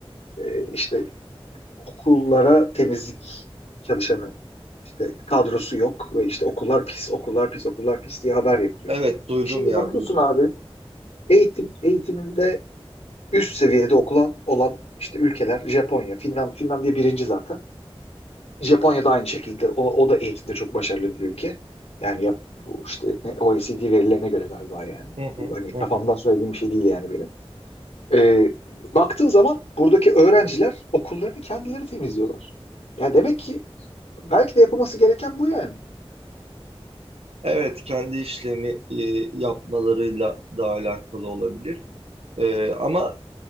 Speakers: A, on the left; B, on the right.
A: Ee, işte okullara temizlik çalışanı işte kadrosu yok ve işte okullar pis, okullar pis, okullar pis diye haber yapılıyor.
B: Evet duydum
A: Şimdi
B: ya
A: bakıyorsun
B: duydum.
A: abi eğitim eğitimde üst seviyede okulan olan işte ülkeler Japonya, Finland, Finlandiya birinci zaten. Japonya da aynı şekilde o, o da eğitimde çok başarılı bir ülke. Yani yap, bu işte ne, OECD verilerine göre galiba yani.
B: Hı hı,
A: Bu Hani
B: hı
A: kafamdan
B: hı.
A: söylediğim bir şey değil yani benim. Ee, baktığın zaman buradaki öğrenciler okullarını kendileri temizliyorlar. Yani demek ki Belki de yapılması gereken bu yani.
B: Evet kendi işlerini e, yapmalarıyla da alakalı olabilir. E, ama